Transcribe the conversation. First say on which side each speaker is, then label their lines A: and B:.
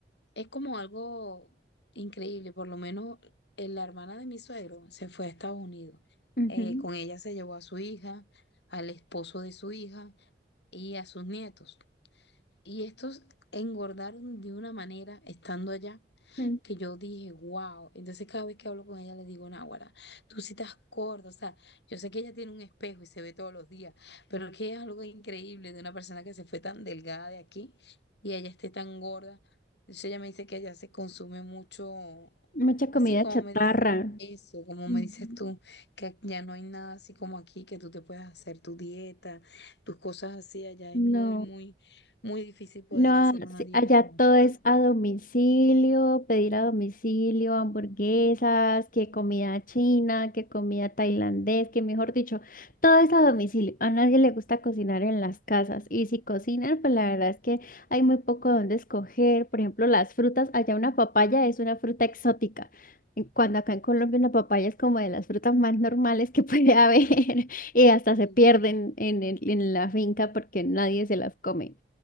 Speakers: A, on the left; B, on the left.
A: es como algo increíble, por lo menos eh, la hermana de mi suegro se fue a Estados Unidos.
B: Ujú,
A: Eh, con ella se llevó a su hija, al esposo de su hija y a sus nietos. Y estos engordaron de una manera estando allá
B: ujú.
A: que yo dije, wow. Entonces cada vez que hablo con ella le digo, Náguara, tú sí estás gorda. O sea, yo sé que ella tiene un espejo y se ve todos los días, pero es que es algo increíble de una persona que se fue tan delgada de aquí y ella esté tan gorda. Entonces ella me dice que ella se consume mucho,
B: Mucha
A: así
B: comida
A: como
B: chatarra.
A: me dice eso, como
B: Ujú.
A: me dices tú, que ya no hay nada así como aquí, que tú te puedas hacer tu dieta, tus cosas así, allá es
B: No.
A: muy, muy, muy difícil poder
B: No,
A: hacer una
B: sí,
A: dieta
B: allá
A: como
B: todo
A: tal.
B: es a domicilio, pedir a domicilio, hamburguesas, que comida china, que comida tailandés, que mejor dicho, todo es a domicilio. A nadie le gusta cocinar en las casas y si cocinan, pues la verdad es que hay muy poco donde escoger. Por ejemplo, las frutas, allá una papaya es una fruta exótica. en- Cuando acá en Colombia una papaya es como de las frutas más normales que puede haber <laughs> y hasta
A: Sí,
B: se pierden
A: sí.
B: en, el- en la finca porque nadie se las come.